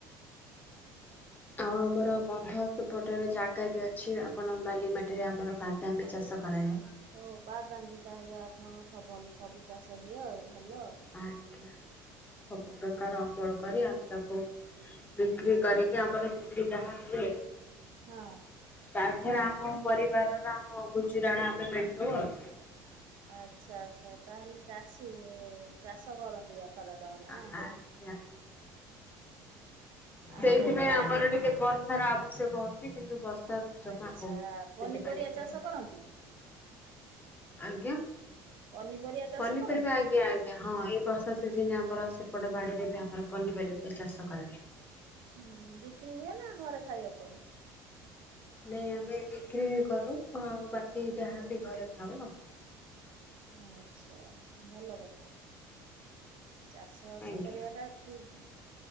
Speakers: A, on the left; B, on the right.
A: ଆଉ ଆମର ବନ୍ଧ ସେପଟରେ ଜାଗା ବି ଅଛି ଆପଣ ବାଲି ମାଟିରେ ଆମର ବାଦାମ ବି ଚାଷ କରାଯାଏ।
B: ଓ ବାଦାମ୍ ବି ତାହେଲେ ଆପଣଙ୍କର ସ ଭଲ ସବୁ ଚାଷ ହୁଏ ଆଉ ଭଲ ଆଉ।
A: ଆଜ୍ଞା ସବୁ ପ୍ରକାର ଅମଳ କରି ଆମେ ତାକୁ ବିକ୍ରି କରିକି ଆମର ବିକି ଯାହା ହୁଏ
B: ହଁ।
A: ତାଥରେ ଆମ ପରିବାରର ଆମ ଗୁଚୁରାଣ ଆମେ ମେଣ୍ଟୋଉ ଆଉ।
B: ଆଚ୍ଛା ଆଚ୍ଛା ତାହେଲେ ଚାଷୀ ଚାଷ କରନ୍ତି ବାପା ଦାଦା ମାନେ
A: ଆଜ୍ଞା
B: ନାଇଁ। ଆଉ
A: ସେଇଥିପାଇଁ
B: ବା
A: ଆମର ଟିକେ ବ ସାର ଆବଶ୍ୟକ ହଉଛି କିନ୍ତୁ ବର୍ଷା ଜମା
B: ଆଚ୍ଛା
A: ହଉନି।
B: ପନିପରିବା
A: ସେଥିପାଇଁ ଟିକେ
B: ଚାଷ କରନ୍ତି?
A: ଆଜ୍ଞା
B: ପନିପରିବା ଚାଷ
A: ପନିପରିବା
B: କରନ୍ତି?
A: ଆଜ୍ଞା ଆ ହଁ ଏଇ ବର୍ଷା ସିଜିନ୍ ଆମର ସେପଟ ବାଡିରେ ବି ଆମର ପନିପରିବାବି ଚାଷ କରାଯାଏ।
B: ହୁଁ ବିକ୍ରି ହୁଏ ନା ଘରେ ଖାଇବା କରନ୍ତି?
A: ନାଇଁ ଆମେ ବିକ୍ରି କରୁ ଆଉ ବାକି ଯାହାବି ଘରେ ଖାଉ ଆଉ।
B: ଆଚ୍ଛା ଭଲ କଥା। ଚାଷ ବାସ
A: ଆଜ୍ଞା
B: କରିବାଟା ଠିକି।